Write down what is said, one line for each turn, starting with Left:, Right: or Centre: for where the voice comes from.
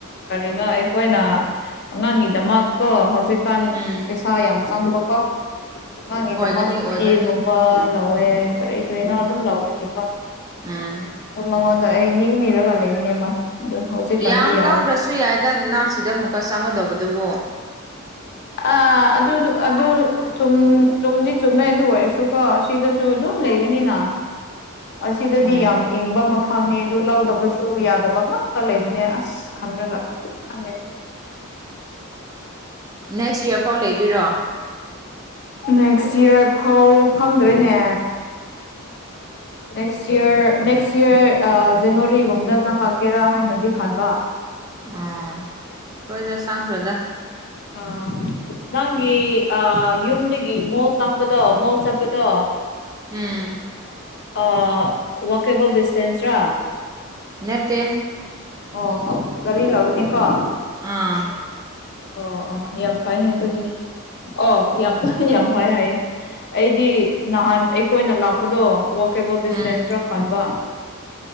Left: ꯀꯔꯤꯅꯣ ꯑꯩꯈꯣꯏꯅ ꯑꯉꯥꯡꯒꯤꯗꯃꯛꯇꯣ ꯍꯧꯖꯤꯛꯀꯥꯟ
Right: ꯎꯝ
Left: ꯄꯩꯁꯥ ꯌꯥꯝ ꯆꯪꯕꯀꯣ ꯃꯥꯒꯤꯗꯃꯛ
Right: ꯑꯣꯏꯒꯅꯤ ꯑꯣꯏꯒꯅꯤ
Left: ꯐꯤꯒꯨꯝ ꯄꯥ ꯂꯧꯋꯦ ꯀꯔꯤ ꯀꯔꯤꯅꯣ ꯑꯗꯨꯝ ꯂꯧꯕꯒꯤꯀꯣ
Right: ꯎꯝ
Left: ꯑꯩ ꯃꯉꯣꯟꯗ ꯑꯩ ꯅꯤ ꯅꯤꯔꯒ ꯂꯩꯕꯅꯦꯕ ꯑꯗꯨ ꯍꯧꯖꯤꯛꯀꯥꯟꯗꯤ
Right: ꯌꯥꯝ
Left: ꯌꯥꯔꯦ
Right: ꯂꯧꯗ꯭ꯔꯁꯨ ꯌꯥꯏꯗ ꯅꯥ ꯁꯤꯗ ꯃꯨꯛꯀ ꯆꯪꯒꯗꯧꯕꯗꯨꯕꯨ
Left: ꯑꯥ ꯑꯗꯨꯗꯨ ꯑꯗꯨ ꯨꯆꯨꯝ ꯆꯨꯝꯗꯤ ꯆꯨꯝꯃꯦ ꯑꯗꯨ ꯑꯣꯏꯔꯁꯨꯀꯣ ꯁꯤꯗꯁꯨ ꯑꯗꯨꯝ ꯂꯩꯔꯤꯅꯤꯅ ꯑꯁꯤꯗꯗꯤ
Right: ꯎꯝ
Left: ꯌꯥꯝ ꯏꯪꯕ ꯃꯐꯝꯅꯤ ꯑꯗꯨ ꯂꯧꯗꯕꯁꯨ ꯌꯥꯗꯕ ꯉꯥꯛꯇ ꯂꯩꯕꯅꯦ ꯑꯁ ꯈꯟꯔꯒ ꯈꯟꯗꯦ
Right: ꯅꯦꯛꯁ ꯌꯔꯐꯥꯎ ꯂꯩꯗꯣꯏꯔꯣ
Left: ꯅꯦꯛꯁ ꯌꯔ ꯐꯥꯎ ꯈꯪꯗ꯭ꯔꯦꯅꯦ ꯅꯦꯛꯁ ꯌꯔ ꯅꯦꯛꯁ ꯌꯔ ꯑꯥ ꯖꯟꯋꯥꯔꯤꯒꯨꯝꯕꯗ ꯆꯪꯪꯂꯛꯀꯦꯔꯥ ꯍꯥꯏꯅꯗꯤ ꯈꯟꯕ
Right: ꯑꯥ ꯂꯣꯏꯅ ꯆꯪꯈ꯭ꯔꯣꯗ
Left: ꯑꯥ ꯅꯪꯒꯤ ꯑꯥ ꯌꯨꯝꯗꯒꯤ ꯃꯣꯜ ꯆꯪꯕꯗꯣ ꯃꯣꯜ ꯆꯠꯄꯗꯣ
Right: ꯎꯝ
Left: ꯑꯥ ꯋꯥꯀꯦꯕꯜ ꯗꯤꯁꯇꯦꯟꯁꯔ
Right: ꯅꯠꯇꯦ
Left: ꯑꯣ ꯑꯥꯎ ꯒꯥꯔꯤ ꯂꯧꯒꯅꯤꯀꯣ
Right: ꯑꯥ
Left: ꯑꯣ ꯑꯣ ꯌꯥꯝ ꯐꯩꯅꯦ ꯑꯗꯨꯗꯤ ꯑꯣ ꯌꯥꯝ ꯌꯥꯝ ꯐꯩ ꯍꯥꯏꯌꯦ ꯑꯩꯗꯤ ꯅꯍꯥꯟ ꯑꯩꯈꯣꯏꯅ ꯂꯥꯛꯄꯗꯣ ꯋꯥꯛꯀꯦꯕꯜ ꯗꯤꯁꯇꯦꯟꯁꯔ
Right: ꯎꯝ
Left: ꯈꯟꯕ